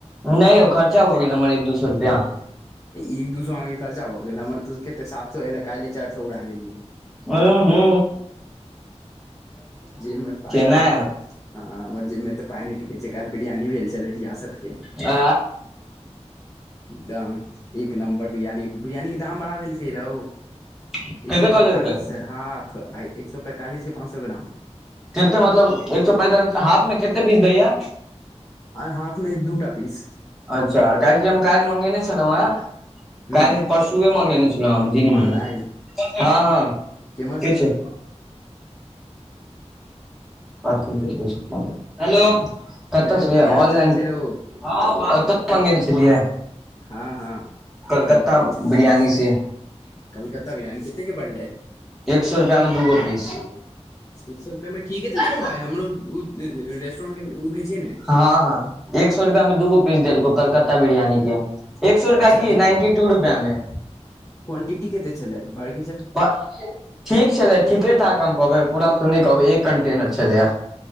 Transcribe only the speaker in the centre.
नय यौ खर्चा भऽ गेल हमर एक दू सए रुपैआ
ओ हो
ने
आ
कते
कऽ
देलकै
केते मतलब एक सए पैंतालस हाफ मे केते पीस दैया
अच्छा काहेकि हम काइल मंगेने छलौं हे काल्हि
नय परसुए मंगेने छलौं हें हम दिनमे
हँ हँ
किछ आ बात क करो हेलो कत
से
ऑनलाइन
ओतौ मंगेने छलिहे
कलकत्ता
बिरयानी
से
एक सए रुपआ मे दूगो पीस
हँ
हँ एक सए रुपआ मे दूगो पीस देलको कलकत्ता बिरियानी के एक सए
रुपआ की नाइन्टी टू रुपआ मे
ब ठीक छलै ठीके ठाक हम कहबै पूरा तऽ नय कहबै एक कंटेनर छलैया